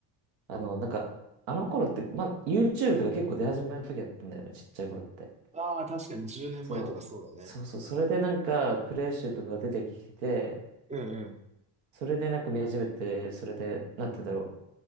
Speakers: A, on the right; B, on the right.
A: あの、なんか、あの頃って、まあ、YouTube とか結構出始めの時だったんだよね、ちっちゃい頃って。
B: ああ、確かに10年前とかそうだね。
A: そう、そうそう、それでなんか、プレイ集とかが出てきて、
B: うんうん。
A: それでなんか見始めて、それで、なんて言うんだろ